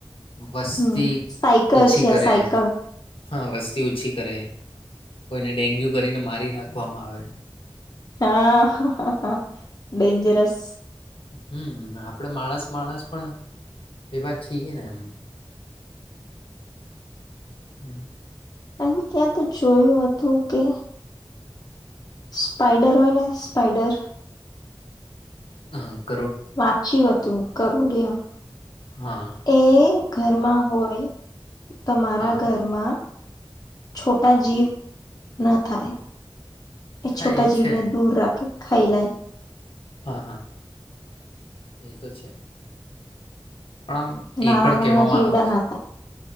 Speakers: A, on the left (about 75°); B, on the left (about 40°).
A: વસ્તી
B: હમ્મ, સાયકલ
A: ઓછી
B: છે
A: કરે
B: સાયકલ.
A: હા વસ્તી ઓછી કરે કોઈને ડેન્ગ્યુ કરીને મારી નાખવામાં આવે.
B: હા. ડેંજરસ.
A: હમ્મ આપડે માણસ માણસ પણ એવાત છીએ ને એમ. <inaudible>
B: એને ક્યાં તો જોયું હતું કે સ્પાઈડર હોય ને સ્પાઈડર
A: <inaudible>
B: વાંચ્યું હતું. કરોડિયા.
A: હા
B: એ ઘરમાં હોય. તમારા
A: હા
B: ઘરમાં છોટા જીવ ન થાય. એ છોટા
A: હા
B: જીવને
A: છે
B: દૂર રા કે ખાઈ લ
A: <inaudible> પણ આમ
B: નાના
A: એ પણ
B: નાના
A: કહેવામાં
B: જીવડા
A: આવે
B: ના હતા.